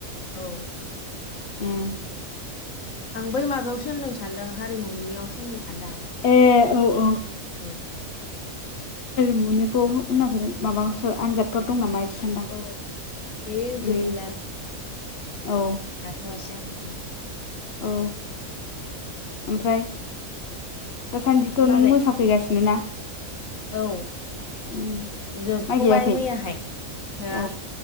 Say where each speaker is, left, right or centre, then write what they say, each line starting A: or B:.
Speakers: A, on the left (about 70°); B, on the left (about 55°).
A: औ।
B: उम
A: आं बै माबायावसो होनदों सानदोंं। हारिमुनियाव सोन सान्दां
B: ए औ औ
A: औ।
B: मुनिखौ होनाखै माबा आनजादफोर दं नामा बिदि? सानदां
A: औ बे
B: उम
A: गैलाना
B: औ
A: दाथ' जां <inaudible>
B: औ ओमफ्राय दासान्दिथ'
A: मारै
B: नों मोसाफैगासिनो ना?
A: औ
B: उम
A: जोबथ'बाय
B: माइ गायाखै
A: मैयाहाय हो?
B: औ